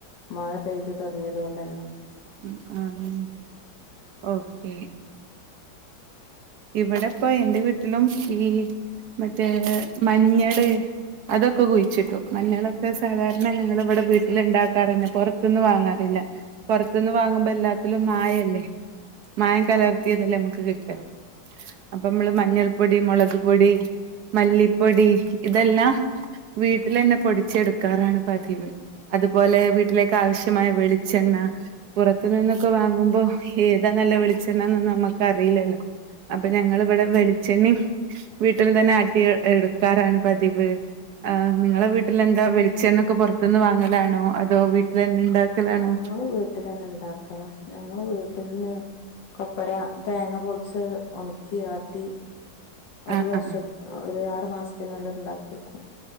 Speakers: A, on the left; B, on the right.
A: മഴ പെയ്തു തുടങ്ങിയത് കൊണ്ട് തന്നെ
B: ഉം ആഹ് ഓക്കെ ഇവിടെപ്പൊ എന്റെ വീട്ടിലും ഈ മറ്റേ മഞ്ഞള് അതൊക്കെ കുഴിച്ചിട്ടു മഞ്ഞളൊക്കെ സാധാരണ ഞങ്ങളിവിടെ വീട്ടിൽണ്ടാക്കാറില്ല പുറത്തൊന്നും വാങ്ങാറില്ല പുറത്തുന്ന് വാങ്ങുമ്പോ എല്ലാത്തിലും മായല്ലേ മായം കലർത്തിയതല്ലേ നമുക്ക് കിട്ടാ അപ്പൊ നമ്മള് മഞ്ഞൾപ്പൊടി മുളക് പൊടി മല്ലിപ്പൊടി ഇതെല്ലാം വീട്ടിലന്നെ പൊടിച്ചെടുക്കാറാണ് പതിവ് അതുപോലെ വീട്ടിലേക്ക് ആവശ്യമായ വെളിച്ചെണ്ണ പുറത്ത് നിന്നൊക്കെ വാങ്ങുമ്പോ ഏതാ നല്ല വെളിച്ചെണ്ണന്നും നമ്മുക്ക് അറിയില്ലല്ലോ അപ്പൊ ഞങ്ങിവിടെ വെളിച്ചെണ്ണി വീട്ടിൽ തന്നെ ആട്ടി എടുക്കും ആക്കാരാണ് പതിവ് ആഹ് നിങ്ങളെ വീട്ടിൽ എന്താ വെളിച്ചെണ്ണൊക്കെ പുറത്തുനിന്ന് വാങ്ങലാണോ വീട്ടിൽ തന്നെ ഇണ്ടാക്കലാണോ
A: ഞങ്ങള് വീട്ട തന്നെ ഇണ്ടാക്കണം ഞങ്ങ വീട്ടിൽന്ന്- കൊപ്പറ തേങ്ങ പൊളിച്ച് ഒണക്കി ആട്ടി- ഒരു
B: ആ
A: വർഷ
B: ആ
A: ഒരു ആറു മാസത്തിനുള്ളിൽ ഇണ്ടാക്കി വെയ്ക്കും